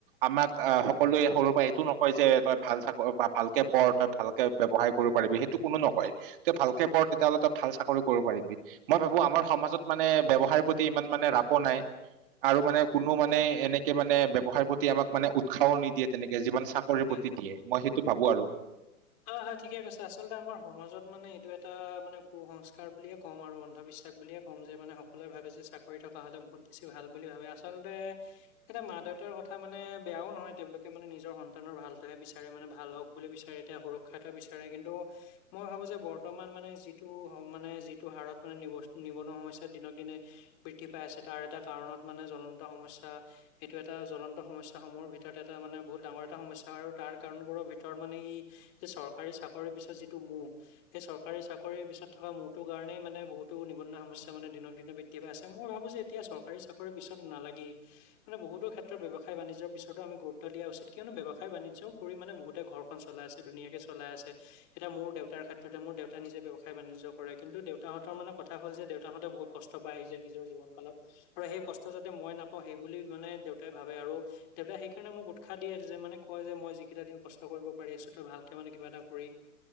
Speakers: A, on the right; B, on the left.
A: আমাক সকলোৱে সৰুৰ পৰা এইটো নকয় যে তই ভাল চাক বা ভালকে পঢ় তই ভালকে ব্যৱসায় কৰিব পাৰিবি সি তো কোনো নকয় ত ভালকে পঢ তেতিয়া হ'লে তই ভাল চাকৰি কৰিব পাৰিবি, মই ভাবো আমাৰ সমাজত মানে ব্যৱসায়ৰ প্ৰতি ইমান মানে ৰাপ নাই, আৰু মানে কোনো মানে এনেকে মানে ব্যৱসাৰ প্ৰতি আমাক মানে উৎসাহ নিদিয়ে তেনেকে যিমান চাক কৰি
B: হয়
A: পতি দিয়ে মই সেইটো ভাবো আৰু।
B: হয় হয় ঠিকে কৈছা, আচলতে আমাৰ সমাজত মানে এইটো এটা মানে কু সংস্কাৰ বুলিয়ে ক'ম আৰু অন্ধবিশ্বাস বুলিয়ে ক'ম যে মানে সকলোৱে ভাবে যে চাকৰি থকা হলে বহুত বেছি ভাল বুলি ভাবে আচলতে এটা মা দেউতাৰ কথা মানে বেয়াও নহয় তেওঁলোকে মানে নিজৰ সন্তানৰ ভালটোহে বিচাৰে মানে ভাল হওক বুলি বিচাৰে। এতিয়া সুৰক্ষা এটা বিচাৰে কিন্তু অঁ অৱশ্যে বৰ্তমান মানে যিটো মানে যিটো হাৰত মানে নিব নিবনুৱা সমস্যা দিনক দিনে বৃদ্ধি পাই আছে। তাৰ এটা কাৰণত মানে জ্বলন্ত সমস্যা এইটো এটা জ্বলন্ত সমস্যা সমূহৰ ভিতৰত এটা মানে বহুত ডাঙৰ এটা সমস্যা আৰু তাৰ কাৰণবোৰৰ ভিতৰত মানে ই যে চৰকাৰী চাকৰিৰ পিছত যিটো মোহ এই চৰকাৰী চাকৰিৰ পিছত থকা মোহটোৰ কাৰণেই মানে বহুতো নিৱনুৱা সমস্যা মানে দিনক দিনে বৃদ্‌ দ্ধি পাইছে। মই ভাৱিছোঁ এতিয়া চৰকাৰী চাকৰিৰ পিছত নালাগি মানে বহুতো ক্ষেত্ৰত ব্যয়সায়- বাণিজ্যৰ পিছতো আমি গুৰুত্ব দিয়া উচিত। কিয়নো ব্যয়সায়- বাণিজ্যও কৰি মানে বহুতে ঘৰখন চ চলাইছে, ধুনীয়াকে চলাই আছে। এতিয়া মোৰ দেউতাৰ ক্ষেত্ৰতে মোৰ দেউতা নিজে ব্যৱসায় -বাণিজ্য কৰে কিন্তু দেউতাহঁতৰ মানে কথা হ'ল যে দেউতাহঁতে বহুত কষ্টপাই আহিছে নিজৰ জীৱন কালত। আৰু সেই কষ্ট যাতে মই নাপাওঁ সেই বুলি মানে দেউতাই ভাৱে আৰু দেউতাই সেইকাৰণে মোক উৎসাহ দিয়ে যে মানে, কয় যে মই যিকেইটা দিন কষ্ট কৰিব পাৰি আছ তই ভালকে মানে কিবা এটা কৰি